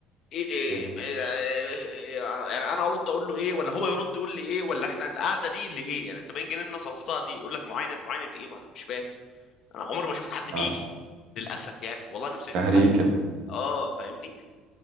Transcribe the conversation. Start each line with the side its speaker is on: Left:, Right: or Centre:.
Left: إيه إيه
Right: يا بوي.
Left: إيه إيه يعني انا ارد اقول له ايه ولا هو يرد يقول لي ايه ولا احنا القعده دي اللي ايه يعني 80 جنيه اللي انا صرفتها دي يقول لك معاينه معاينه ايه ما انا مش فاهم انا عمري ما شفت حد بيجي
Right: آه،
Left: للاسف يعني والله نفسي اشوف
Right: تهريج
Left: حد
Right: كده
Left: اه فاهمني